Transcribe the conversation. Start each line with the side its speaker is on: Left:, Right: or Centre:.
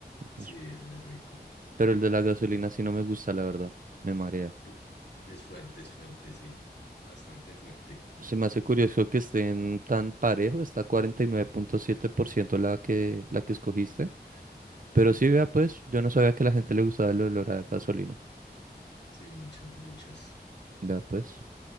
Left: Sí,
Right: es-
Left: es muy rico.
Right: pero el de la gasolina sí no me gusta, la verdad, me marea.
Left: En- Es fuerte, es fuerte, sí. Bastante fuerte.
Right: Se me hace curioso que estén tan parejo, está cuarenta y nueve punto siete por ciento la que, la que escogiste. Pero sí, vea pues, yo no sabía que a la gente le gustaba el olor a gasolina.
Left: Sí, muchos, muchos.
Right: Vea pues,